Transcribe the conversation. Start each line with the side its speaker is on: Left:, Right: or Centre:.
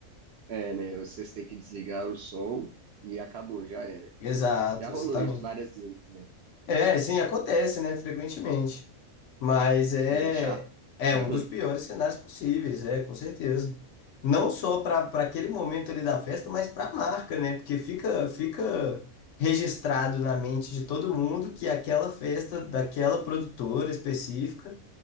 Right: É, né? Vocês têm que desligar o som e acabou, já era.
Left: Exato,
Right: Já rolou
Left: exatamente.
Right: isso várias vezes, né?
Left: É, sim, acontece, né, frequentemente. Mas é,
Right: E é chato,
Left: é
Right: é
Left: um
Right: ruim.
Left: dos piores cenários possíveis, é, com certeza. Não só para para aquele momento ali da festa, mas para a marca, né? Porque fica fica registrado na mente de todo mundo que aquela festa daquela produtora específica